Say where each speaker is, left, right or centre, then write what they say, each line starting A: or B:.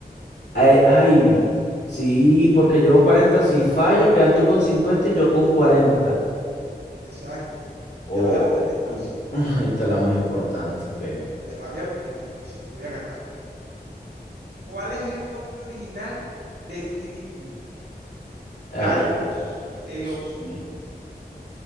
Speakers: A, on the left (about 90°); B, on the right (about 80°).
A: Ay, ay, sí, porque llevo cuarenta Si fallo, quedas tú con 50 y yo con cuarenta
B: Exacto.
A: Oh,
B: Te la voy a poner difícil.
A: <laughs> esta es la más importante. ok.
B: Te la voy a poner difícil. Voy a ganar. ¿Cuál es el nombre original de Winnie Pooh?
A: Ay,
B: Carlos el
A: Dios
B: oso.
A: mío.